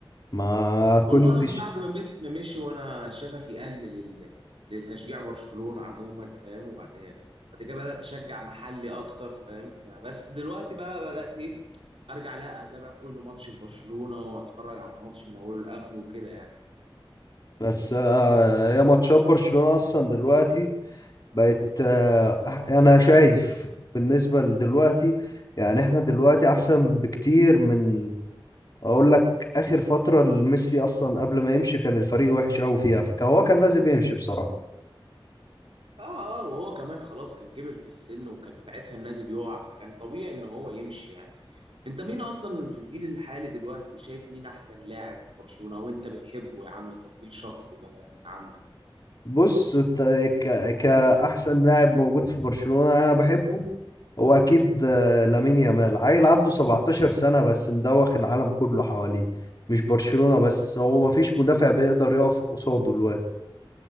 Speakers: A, on the left; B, on the right.
A: ما
B: والله
A: كنتش
B: انا من بعد ما ميسي ما مشي وانا شغفي قل لل... للتشجيع برشلونة عموما فاهم وبعد بعد كده بدات اشجع محلي اكتر فاهم فبس دلوقتي بقى بدات ايه ارجع لا اتابع كل ماتش لبرشلونة واتفرج على الماتش من اوله لاخره وكده يعني
A: بس آه، يا ماتشات برشلونة أصلا دلوقتي بقت آه، أح- أنا شايف بالنسبة لدلوقتي يعني احنا دلوقتي أحسن بكتير من أقول لك آخر فترة لميسي أصلا قبل ما يمشي كان الفريق وحش أوي فيها فهو كان لازم يمشي بصراحة
B: اه اه وهو كمان خلاص كان كبر في السن وكان ساعتها النادي بيقع فكان طبيعي ان هو يمشي يعني انت مين اصلا في الجيل الحالي دلوقتي شايف مين احسن لاعب في برشلونة وانت بتحبه يا عم تفضيل شخصي مثلا من عندك
A: بص ت- ك... كأحسن لاعب موجود في برشلونة أنا بحبه هو أكيد آه، لامين يامال عيل عنده 17 سنة بس مدوخ العالم كله حواليه مش برشلونة بس هو مفيش مدافع بيقدر يقف قصاده الواد